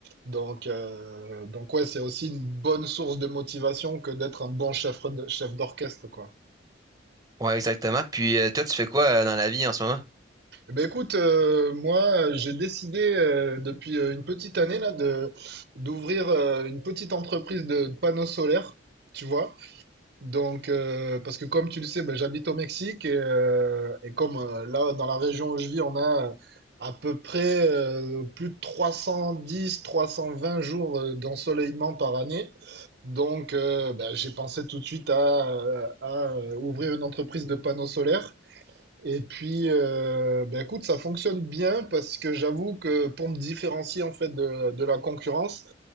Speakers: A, on the right (about 60°); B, on the right (about 20°).
A: Donc, euh, donc ouais, c'est aussi une bonne source de motivation que d'être un bon chef, de- chef d'orchestre, quoi.
B: Ouais, exactement. Puis, euh, toi, tu fais quoi euh, dans la vie en ce moment?
A: Eh Ben écoute, euh, moi, j'ai décidé euh, depuis euh, une petite année là de d'ouvrir euh, une petite entreprise de panneaux solaires, tu vois. Donc, euh, parce que comme tu le sais, ben, j'habite au Mexique et, euh, et comme euh, là, dans la région où je vis, on a euh, à peu près euh, plus de 310, 320 jours euh, d'ensoleillement par année. Donc, euh, ben, j'ai pensé tout de suite à, euh, à, euh, ouvrir une entreprise de panneaux solaires. Et puis, euh, ben, écoute, ça fonctionne bien parce que j'avoue que pour me différencier en fait de, de la concurrence,